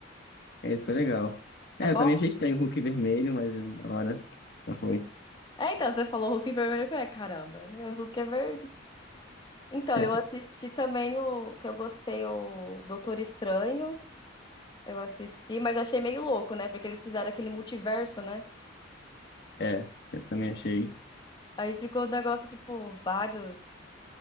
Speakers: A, on the left; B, on the left.
A: É, isso foi legal. É,
B: É bom?
A: eu também achei estranho o Hulk vermelho, mas eh, na hora já foi.
B: É, então, você falou Hulk vermelho, eu falei, "Ah, caramba, né, o Hulk é verde. Então,
A: <laughs>
B: eu assisti também o que eu gostei, o Doutor Estranho. Eu assisti, mas achei meio louco, né? Porque eles fizeram aquele multiverso, né?
A: É, eu também achei.
B: Aí ficou o negócio, tipo, vários